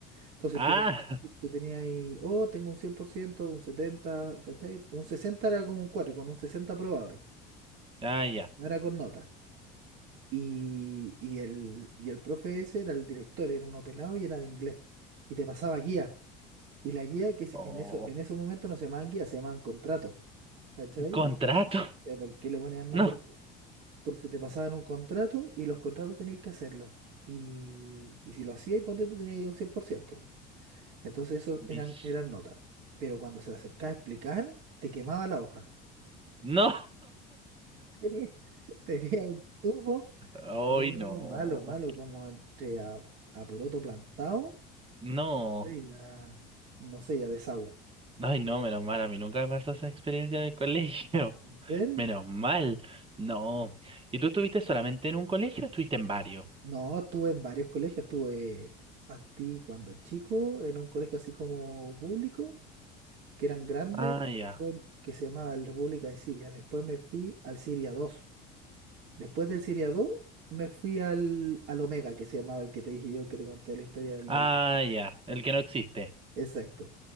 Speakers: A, on the right (about 70°); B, on the right (about 25°).
A: Entonces
B: ah,
A: tú, te- tú tenías ahí, oh, tengo un 100%, un 70, ¿cachai? Un 60 era como un 4, con un 60 probabas,
B: ah, ya.
A: no era con nota. Y, y el, y el profe ese era el director, era uno pelado y era de inglés. Y te pasaba guía. Y la guía que se-
B: Oh,
A: en eso, en esos momentos no se llamaban guía, se llamaban contratos. ¿Cachai?
B: contrato.
A: No sé, no sé por qué le ponían nombre
B: No.
A: así. Entonces te pasaban un contrato y los contratos tenías que hacerlo. Y, y si lo hacías, ponte tú tenías ahí un cien por ciento Entonces eso
B: mis-
A: eran, eran notas. Pero cuando se acercaba a explicar, te quemaba la hoja.
B: No.
A: <laughs> Tenía, tenía un tufo
B: Ay,
A: No,
B: no.
A: malo, malo, como entre a, a poroto plantado,
B: No.
A: sí, ya, no sé, ya desagüe.
B: Ay, no, menos mal. A mí nunca me pasó esa experiencia en el colegio.
A: ¿En serio?
B: <laughs> Menos mal. No. ¿Y tú estuviste solamente en un colegio o estuviste en varios?
A: No, estuve en varios colegios, estuve, partí cuando chico en un colegio así como público, que eran grandes,
B: Ah, ya.
A: después, que se llamaba el República de Siria, después me fui al Siria dos después del Siria 2 me fui al, al Omega, que se llamaba el que te dije yo, el que te conté la historia del,
B: Ah,
A: del...
B: ya, el que no existe.
A: Exacto.